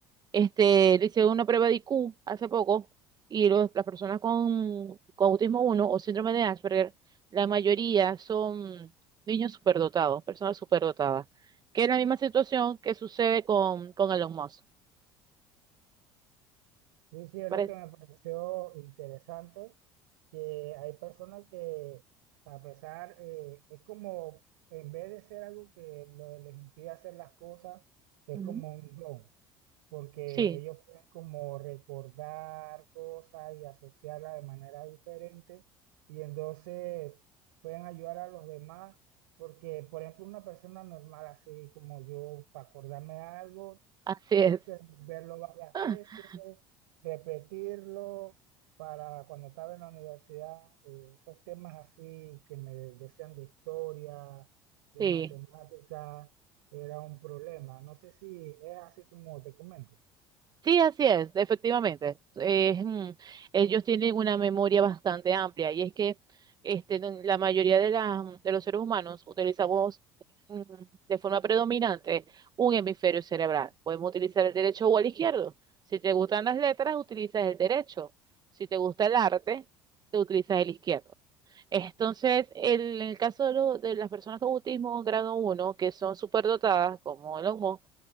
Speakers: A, on the right; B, on the right.
A: Este, le hice una prueba de IQ hace poco y los- las personas con, con autismo uno o síndrome de Asperger, la mayoría son niños superdotados, personas superdotadas, que es la misma situación que sucede con, con Elon Musk.
B: Sí, sí, es
A: ¿Parece?
B: lo que me pareció interesante, que hay personas que a pesar, eh, es como, en vez de ser algo que lo- les impide hacer las cosas, es
A: Ujú.
B: como un don. porque
A: Sí,
B: ellos pueden como recordar cosas y asociarlas de manera diferente y entonces pueden ayudar a los demás, porque por ejemplo una persona normal así como yo, para acordarme de algo,
A: así es.
B: tengo que verlo varias
A: <laughs>
B: veces, repetirlo. Para cuando estaba en la universidad, eh, esos temas así que me decían de historia, de
A: Sí.
B: matemática, era un problema. No sé si es así como te comento.
A: Sí, así es, efectivamente. Es, mm, ellos tienen una memoria bastante amplia y es que este, no- la mayoría de, las- mm, de los seres humanos utilizamos mm, de forma predominante un hemisferio cerebral. Podemos utilizar el derecho o el izquierdo. Si te gustan las letras, utilizas el derecho. Si te gusta el arte, te utilizas el izquierdo. Entonces, el- en el caso de, lo- de las personas con autismo grado uno, que son superdotadas, como el Musk,